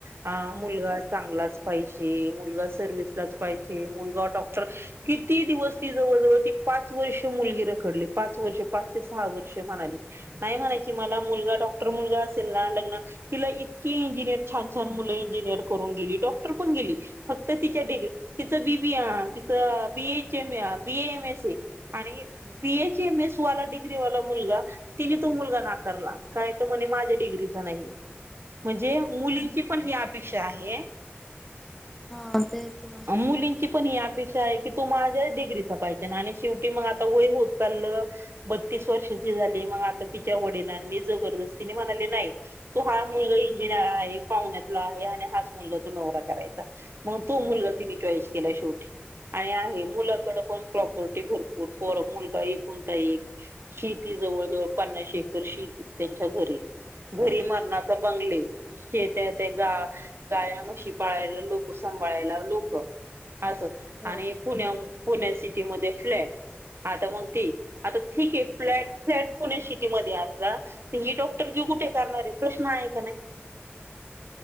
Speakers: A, on the right; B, in the centre.
A: अ मुलगा चांगलाच पाहिजे मुलगा सर्विसलाच पाहिजे मुलगा डॉक्टर किती दिवस ती जवळजवळ ती पाच वर्ष मुलगी रखडली पाच वर्ष पाच ते सहा वर्ष म्हणाले नाही म्हणायची मला मुलगा डॉक्टर मुलगा असेल ना लग्न तिला इतकी इंजिनिअर छान छान मुलं इंजिनिअर करून गेली डॉक्टर पण गेली फक्त तिच्या डिग्री तिचं बी बी तिच BH M BA M S A आणि बीएस एम एस वाला डिग्रीवाला मुलगा तिने तो मुलगा नाकारला काय तो म्हणे माझ्या डिग्रीचा नाही म्हणजे मुलींची पण ही अपेक्षा आहे
B: हा तेच ना
A: मुलींची पण ही अपेक्षा आहे की तू माझ्या डिग्रीच पाहिजे ना आणि शेवटी मग आता वय होत चाललं बत्तीस वर्षाची झाली मग आता तिच्या वडिलां मी जबरदस्तीने म्हणाली नाही तू हा मुलगा इंजिनिअर आहे पाहुण्यातला आहे आणि हाच मुलगा तो नवरा करायचा मग तो मुलगा तिने चॉईस केला शेवटी आणि आहे मुलाकड पण प्रॉपर्टी भरपूर मुलगा एक कोणता एक शेती जवळ जवळ पन्नाशे एकर शेती त्यांच्या घरी घरी मरणा तर बंगले शेत ते गा गायामुशीी पाळायला लोक सांभाळायला लोक असं
B: हो
A: आणि पुण्या पुण्या सिटीमध्ये फ्लॅट आता मग ती आता ठीक आहे फ्लॅट फ्लॅट पुण्या सिटीमध्येध्ये असला तर ही डॉक्टर जे कुठे करणार आहे प्रश्न आहे का नाही